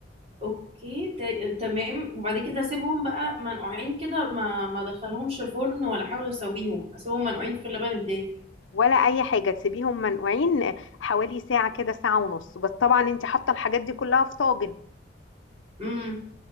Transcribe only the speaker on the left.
ولا اي حاجه تسيبيهم منقوعين حوالي ساعه كده ساعه ونص بس طبعا انت حاطه الحاجات دي كلها في طاجن